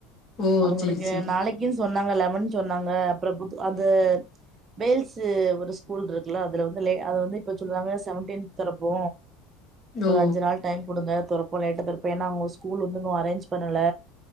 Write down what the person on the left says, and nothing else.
ஓ
சேரி சேரி
ஓ